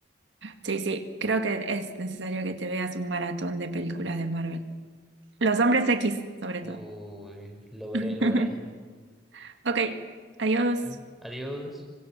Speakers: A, on the right; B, in the centre.
A: Sí, sí, creo que es necesario que te veas un maratón de películas de Marvel. Los hombres X, sobre
B: Uy,
A: todo.
B: lo veré,
A: <laughs>
B: lo veré.
A: Ok, adiós.
B: Bueno, adiós.